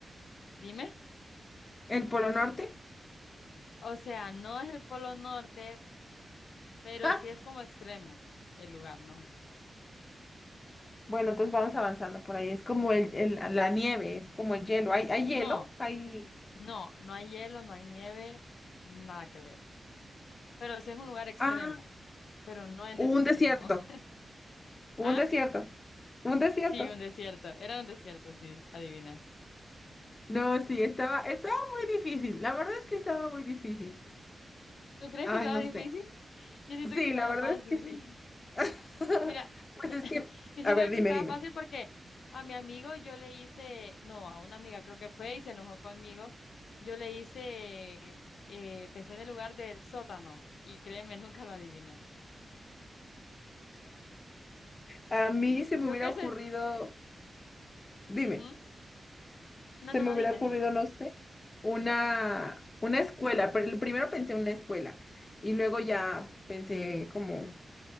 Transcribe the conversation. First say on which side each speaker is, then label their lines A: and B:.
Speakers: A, on the left; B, on the left.
A: Dime.
B: el Polo Norte.
A: O sea, no es el Polo Norte, pero
B: Ah,
A: sí es como extremo el lugar, ¿no?
B: bueno, entonces vamos avanzando por ahí. Es como el, el- la nieve, es como el hielo. ¿Hay, hay hielo?
A: No.
B: Hay...
A: No, no hay hielo, no hay nieve, nada que ver. Pero sí es un lugar extremo,
B: Ah,
A: pero no en
B: un
A: ese extremo.
B: desierto.
A: <laughs>
B: Un
A: ¿Ah?
B: desierto. Un desierto.
A: Sí, un desierto. Era un desierto, sí, adivinaste.
B: No, sí, estaba, estaba muy difícil. La verdad es que estaba muy difícil.
A: ¿Tú crees
B: Ay,
A: que estaba
B: no
A: difícil?
B: sé.
A: Yo siento
B: Sí,
A: que estaba
B: la verdad
A: fácil.
B: es que sí.
A: <laughs>
B: <laughs>
A: Mira,
B: Pues es que,
A: yo siento
B: a ver, dime,
A: que estaba
B: dime.
A: fácil porque a mi amigo yo le hice, no, a una amiga creo que fue y se enojó conmigo. Yo le hice, eh, pensé en el lugar del sótano y créeme, <laughs> nunca lo adivinó.
B: A mí se me
A: Creo
B: hubiera
A: que ese.
B: ocurrido, dime,
A: Ujú. No,
B: se
A: no,
B: me
A: no,
B: hubiera
A: dime,
B: ocurrido,
A: dime.
B: no sé, Una, una escuela, pero primero pensé en una escuela y luego ya pensé como